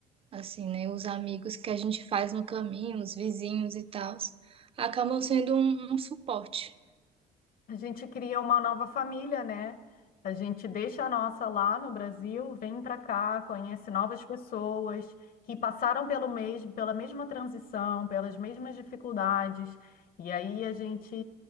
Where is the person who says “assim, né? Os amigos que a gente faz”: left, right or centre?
Right